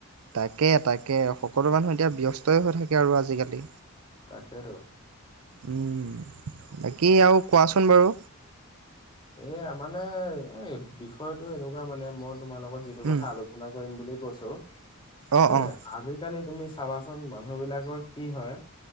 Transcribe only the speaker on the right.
তাকে তাকে সকলো মানুহ এতিয়া ব্যস্তই হৈ থাকে আৰু আজিকালি!
উম বাকী আৰু কোৱাচোন? চোন বাৰু।
উম,
অ',
অ',